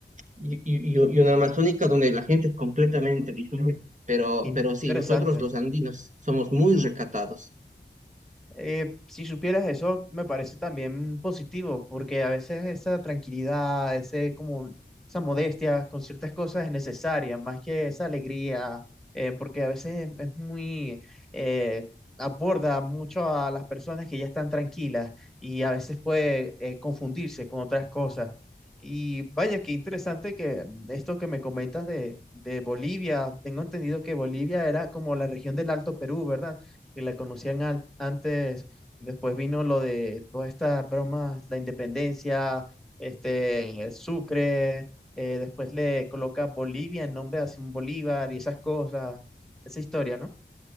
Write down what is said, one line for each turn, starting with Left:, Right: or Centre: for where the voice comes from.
Right: y- y una amazónica donde la gente es completamente diferente. Pero,
Centre: Qué Interesante.
Right: pero sí, nosotros los andinos somos muy recatados.
Centre: Eh, si supieras eso, me parece también positivo, porque a veces esa tranquilidad, ese como esa modestia con ciertas cosas es necesaria, más que esa alegría, eh, porque a veces es muy eh, aborda mucho a las personas que ya están tranquilas y a veces puede eh, confundirse con otras cosas. Y vaya, qué interesante que mm, esto que me comentas de, de Bolivia, tengo entendido que Bolivia era como la región del Alto Perú, ¿verdad? que la conocían al- antes, después vino lo de todas estas bromas, la independencia, este, Sucre, eh, después le coloca Bolivia en nombre de Simón Bolívar y esas cosas, esa historia, ¿no?